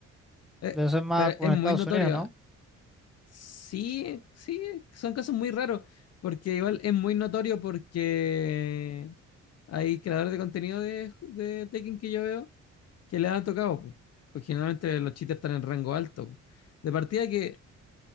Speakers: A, on the left; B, in the centre.
A: Eh,
B: Debe ser más
A: pero
B: como
A: es
B: en
A: muy
B: Estados
A: notorio.
B: Unidos, ¿no?
A: Sí, sí, son casos muy raros. Porque igual es muy notorio porque hay creadores de contenido de, de Tekken que yo veo que le han tocado. po. Porque generalmente los chistes están en rango alto. po. De partida que